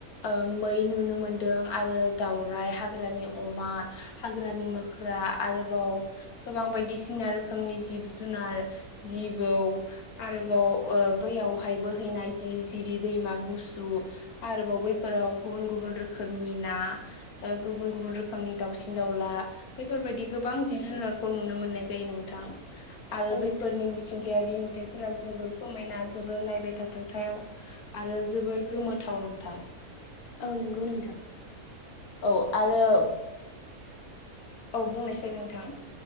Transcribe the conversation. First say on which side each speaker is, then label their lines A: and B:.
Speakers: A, on the left (about 80°); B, on the left (about 45°).
A: ओ मै नुनो मोनदों आरो दाउराइ हाग्रानि अमा। हाग्रानि मोख्रा आरोबाव। गोबां बायदिसिना रोखोमनि जिब जुनार जिबौ आरोबाव ओ बैयावहायबो। हैैनाय जिरि जिरि दैमा गुसु। आरोबाव बैफोराव गुबुन गुबुन रोखोमनि ना ओ गुबुन गुबुन रोखोमनि। दाउसिन दाउला बेफोरबायदि गोबां जिब जुनारखौ नुनो मोननाय जायो नों। थां आरो
B: औ नोंथां
A: बैफोरनि। मिथिंगायारि नुथायफोरा जोबोर समायना जोबोर नायबाय थाथावथायाव। आरो जोबोर गोमोथाव नोंथां।
B: औ नंगौ नोंथां।
A: औ आरो। औ बुंनायसै नोंथां